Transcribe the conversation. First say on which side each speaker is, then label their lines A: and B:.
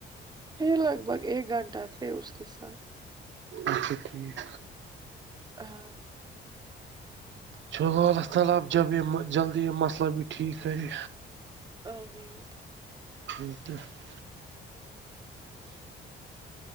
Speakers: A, on the right; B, on the right.
A: پھر لگ بگ ایک گھنٹہ تھے اس کے ساتھ
B: اچھا ٹھیک
A: ہاں <unintelligible>
B: چلو اللہ تعالی اب جب یہ جلدی یہ مسلہ بھی ٹھیک کرے
A: آ ویٹ
B: ہو تو <unintelligible>